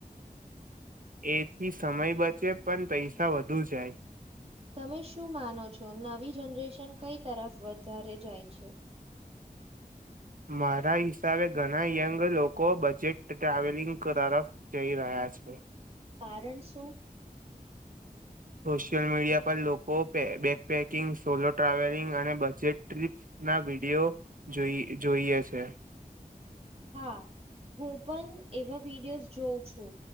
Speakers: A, on the right; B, on the right.
A: એથી સમય બચે પન પૈસા વધુ જાય.
B: તમે શું માનો છો? નવી જનરેશન કઈ તરફ વધારે જાય છે.
A: મારા હિસાબે ઘના યંગ લોકો બજેટ ટ્રાવેલિંગ તરફ જઈ રહ્યા છે.
B: કારન શું?
A: સોશિયલ મીડિયા પર લોકો બે બેકપેકિંગ, સોલો ટ્રાવેલિંગ અને બજેટ ટ્રિપ્સના વીડિયો જોઈ જોઈએ છે.
B: હા, હું પન એવા વિડીયોઝ જોઉં છું,